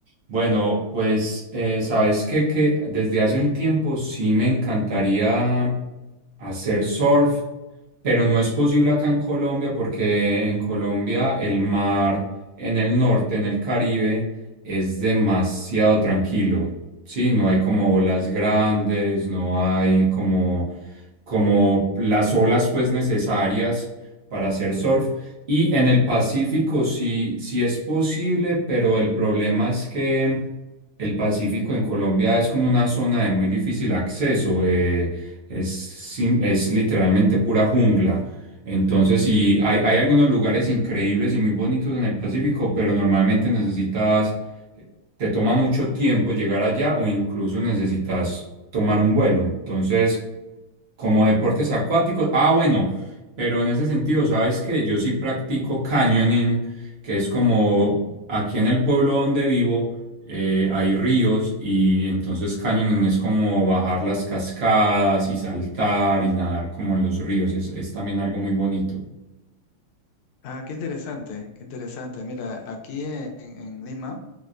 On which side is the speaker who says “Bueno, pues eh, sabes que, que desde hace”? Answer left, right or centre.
Right